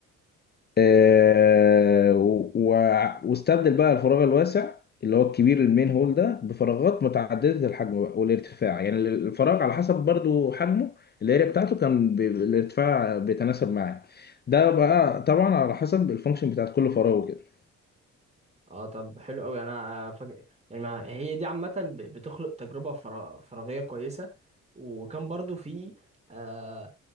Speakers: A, on the left; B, on the right.
A: آه، و- و- واستبدل بقى الفراغ الواسع اللي هو الكبير المين هول ده بفراغات متعددة الحجم بقى والارتفاع يعني الفراغ على حسب برضو حجمه الاريا بتاعته كان ب- الارتفاع بيتناسب معاه ده بقى طبعا على حسب الفانكشن بتاعت كل فراغ وكده
B: اه طب حلو قوي انا فاكر يعني ما هي دي عامه ب- بتخلق تجربه فرا- فراغيه كويسه وكان برضو في آه،